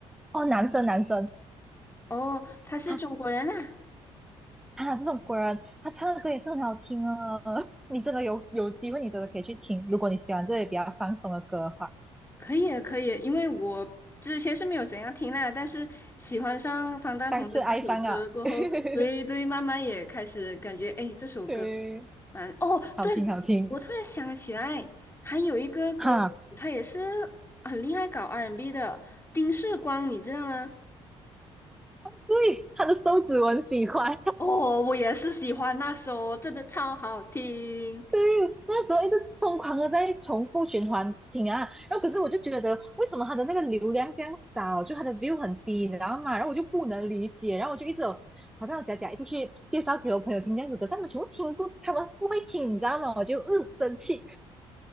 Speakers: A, in the centre; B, on the left.
A: 哦，男生男生，
B: 哦，他是中国人啊。
A: 他他这种果然他唱的歌也是很好听啊。<laughs> 你真的有有机会，你真的可以去听。如果你喜欢这些比较放松的歌的话，
B: 可以啊可以啊，因为我之前是没有怎样听啦，但是喜欢上方大同的几首歌过后，
A: 上次爱上啊，<laughs>
B: 对对，慢慢也开始感觉，哎，这首歌
A: 对，
B: 蛮……哦，
A: 好听好听
B: 对，我突然想起来，还有一个歌，
A: 哈。
B: 他也是很厉害搞 R&B and B 的，丁世光，你知道吗？
A: 对，他的手指我很喜欢，
B: 哦，我也是喜欢那首，真的超好听。
A: 对，那时候一直疯狂的在重复循环听啊，然后可是我就觉得为什么他的那个流量这样少，就他的 view 很低，你知道吗？然后我就不能理解，然后我就一直有好像有假假一直去介绍给我朋友听这样子，可是他们全部听不，他们不会听，你知道吗？我就嗯生气。